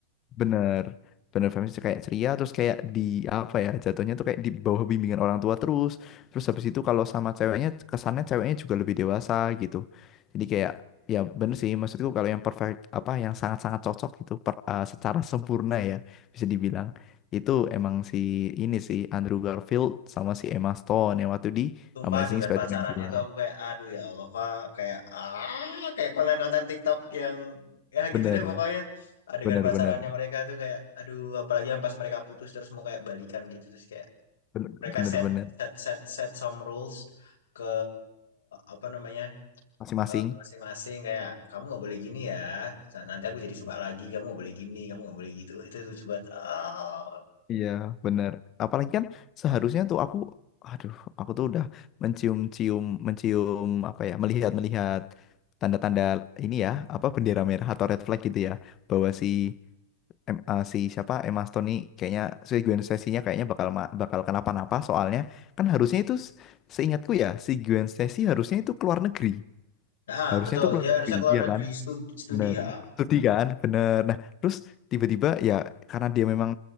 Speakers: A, on the left; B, on the left.
A: bener bener feminis kayak ceria terus kayak di apa ya jatuhnya tuh kayak di bawah bimbingan orang tua terus terus habis itu kalau sama ceweknya kesannya ceweknya juga lebih dewasa gitu jadi kayak ya bener sih maksudku kalau yang perfect apa yang sangat-sangat cocok gitu per- eh, secara sempurna ya bisa dibilang itu emang si ini sih Andrew Garfield sama si Emma Stone yang waktu di
B: Sumpah
A: Amazing
B: dengan
A: Spider-Man
B: pacarannya
A: 2
B: tuh aku kayak aduh ya Allah, Fa. kayak ah kayak konten-konten TikTok yang ya
A: bener
B: gitu deh pokoknya. Adegan
A: bener
B: pacarannya
A: bener
B: mereka tuh kayak aduh, apalagi yang pas mereka putus terus mau kayak balikan gitu terus kayak
A: bener
B: mereka
A: bener
B: set
A: bener.
B: set set set some rules ke apa namanya
A: masing-masing
B: eh, masing-masing kayak kamu nggak boleh gini ya Nah, nanti aku jadi suka lagi kamu nggak boleh gini kamu nggak boleh gitu Uh, itu lucu banget Ah.
A: Iya, benar. Apalagi kan seharusnya tuh aku, aduh, aku tuh udah mencium-cium, mencium apa ya, melihat-melihat tanda-tanda ini ya, apa bendera merah atau red flag gitu ya, bahwa si em- eh, si siapa Emma Stone nih kayaknya si Gwen Stacy-nya kayaknya bakal ma- bakal kenapa-napa soalnya kan harusnya itu s- seingatku ya si Gwen Stacy harusnya itu keluar negeri,
B: nah
A: harusnya
B: betul
A: itu keluar
B: dia
A: negeri,
B: harusnya keluar
A: iya
B: negeri
A: kan?
B: studi, studi
A: Bener.
B: ha
A: Studi kan, bener. Nah, terus tiba-tiba ya karena dia memang